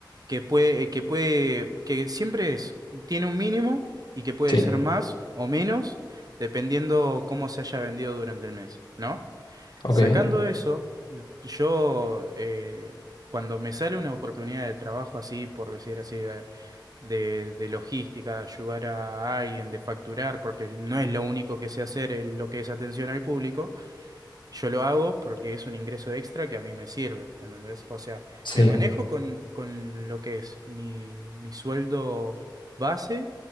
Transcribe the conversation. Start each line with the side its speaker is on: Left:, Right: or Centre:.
Right: que puede, que puede, que siempre es, tiene un mínimo y que puede
Left: Sí,
Right: ser más o menos dependiendo cómo se haya vendido durante el mes, ¿no?
Left: ok,
Right: Sacando eso, yo eh, cuando me sale una oportunidad de trabajo así, por decir así, de, de- de logística, de ayudar a alguien, de facturar, porque no es lo único que sé hacer eh, lo que es atención al público, yo lo hago porque es un ingreso extra que a mí me sirve, ¿entendés? O sea,
Left: sí.
Right: me manejo con, con lo que es mi, mi sueldo base